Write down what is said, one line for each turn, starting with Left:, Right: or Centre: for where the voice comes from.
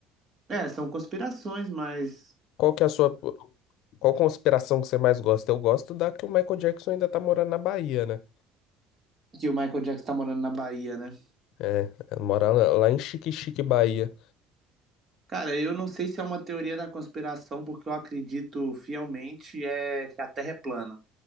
Right: É, são conspirações, mas
Left: Qual que é a sua. Qual conspiração que você mais gosta? Eu gosto da que o Michael Jackson ainda tá morando na Bahia, né?
Right: que o Michael Jackson está morando na Bahia, né?
Left: É, mora lá lá em Xique-Xique, Bahia.
Right: Cara, eu não sei se é uma teoria da conspiração, porque eu acredito fielmente é que a Terra é plana.